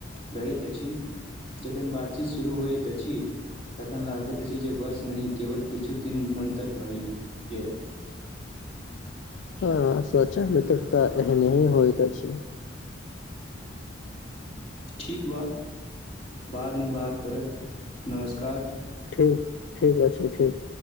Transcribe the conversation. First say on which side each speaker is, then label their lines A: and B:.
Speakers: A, on the left; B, on the left.
A: रहैत अछि जखन बातचीत शुरू होइत अछि तखन लागैत अछि जे वर्ष नहि केवल किछु दिन अन्तर भय गेल <inaudible>
B: हं सचा मित्रता एहने ही होइत अछि
A: ठीक बा बादमे बात करत नमस्कार
B: ठीक ठीक अछी ठीक